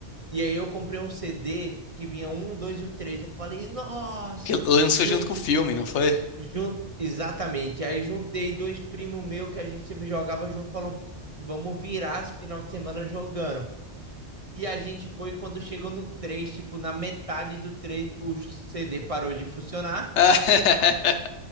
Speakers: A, on the right; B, on the left.
A: E aí eu comprei um CD que vinha um, dois e o 3, eu falei, nossa,
B: Que lançou
A: junto,
B: junto com o filme, não foi?
A: junto, exatamente. Aí juntei dois primos meus que a gente sempre jogava junto, falou, vamos virar esse final de semana jogando. E a gente foi quando chegou no 3 tipo, na metade do 3 o CD parou de funcionar.
B: <laughs>